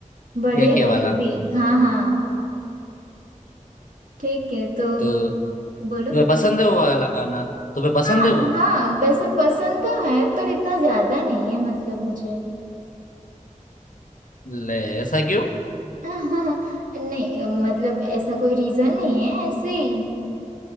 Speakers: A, on the right; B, on the left.
A: बढ़िया
B: ये के
A: है
B: वाला
A: वो भी हाँ हाँ ठीक है तो
B: तो तुम्हें
A: बोलो
B: पसंद है वो वाला गाना तुम्हें पसंद
A: हाँ
B: है वो
A: हाँ वैसे पसंद तो है पर इतना ज्यादा नहीं है मतलब मुझे
B: ले ऐसा क्यों
A: <laughs> नहीं मतलब ऐसा कोई रीजन नहीं है ऐसे ही